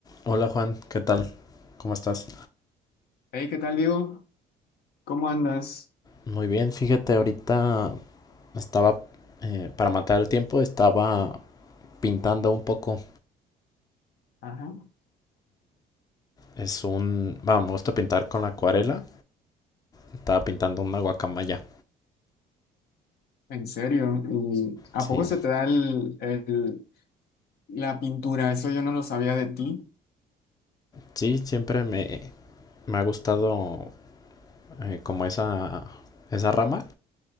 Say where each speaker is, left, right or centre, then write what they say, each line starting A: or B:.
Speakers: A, on the left; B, on the left.
A: Hola Juan, ¿qué tal? ¿Cómo estás?
B: Hey, ¿qué tal, Diego? ¿Cómo andas?
A: Muy bien, fíjate, ahorita estaba, eh, para matar el tiempo, estaba pintando un poco.
B: Ajá.
A: Es un, vamos, me gusta pintar con la acuarela. Estaba pintando una guacamaya.
B: ¿En serio? ¿Y a
A: Sí,
B: poco se te da el, el- la pintura? Eso yo no lo sabía de ti.
A: sí, siempre me, me ha gustado eh, como esa, esa rama.